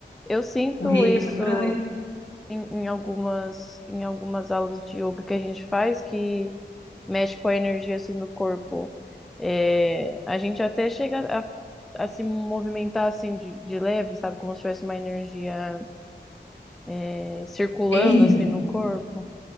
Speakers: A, in the centre; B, on the left.
A: Eu sinto
B: O reiki
A: isso
B: é para trazer
A: em, em algumas em algumas aulas de yoga que a gente faz que mexe com a energia assim do corpo. É, a gente até chega a, a se movimentar assim de, de leve, sabe, como se tivesse uma energia é, circulando
B: É isso,
A: assim no corpo.